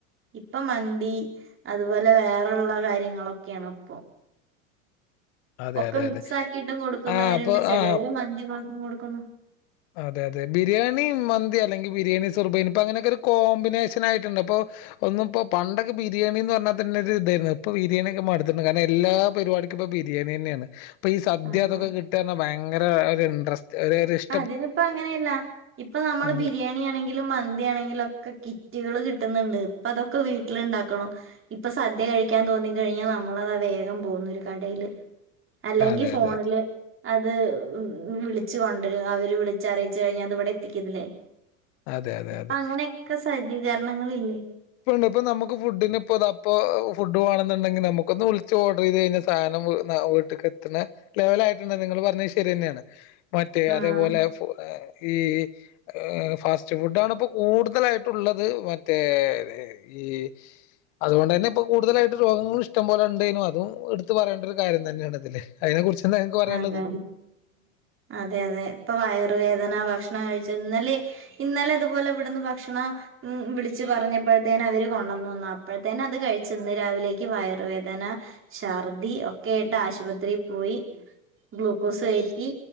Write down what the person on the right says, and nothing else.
ഇപ്പൊ മന്തി അതുപോലെ വേറെ ഒള്ള കാര്യങ്ങളൊക്കെയാണ് ഇപ്പൊ.
ഒക്കെ
മിക്സ്
ആക്കിയിട്ടും കൊടുക്കുന്നവരുണ്ട്
ചിലരും
മന്തി മാത്രം കൊടുക്കുന്നു
അതെ
അതിനിപ്പെ അങ്ങനെയല്ല. ഇപ്പൊ നമ്മള്
ബിരിയാണി ആണെങ്കി ങ്കിലും മന്തിയാണെങ്കിലും ഒക്കെ കിറ്റുകള് കിട്ടുന്നുണ്ട്. ഇപ്പ അതൊക്കെ വീട്ടില് ഇണ്ടാക്കണം ഇപ്പ സദ്യ കഴി കഴിക്കാൻ തോന്നിക്കഴിഞ്ഞാൽ നമ്മളതാ വേഗം പോകുന്നു ഒരു കടയില് അല്ലെങ്കിൽ
ഫോണില്
അത് ഉം വിളിച്ചു കൊണ്ട ണ്ട് അവര് വിളിച്ചറിയിച്ചുകഴിഞ്ഞാ അത് ഇവിടെ എത്തിക്കത്തില്ലേ.
ഇപ്പ
അങ്ങനൊക്കെ സജ്ജീകരണണ്ട്. കരണങ്ങളില്ലേ.
ആഹ്
അതെ അതെ അതെ ഇപ്പൊ വയർവേദന ഭക്ഷ ഭകഷണ ഇന്നലെ അതുപലെ ഇവി ഭക്ഷ ണ വിളിച്ചു പറഞ്ഞപ്പോഴേ അവർ ടുണെന്ന് അപ്പോഴത്തേെ അത് കഴിച്ചന്ന് രാവിലക്ക് വയറുവേദന ഛർദി ഒക്കെട്ട് ആശുപത്രിയിൽ പോയി ഗ്ലൂക്കോസ് കയറ്റി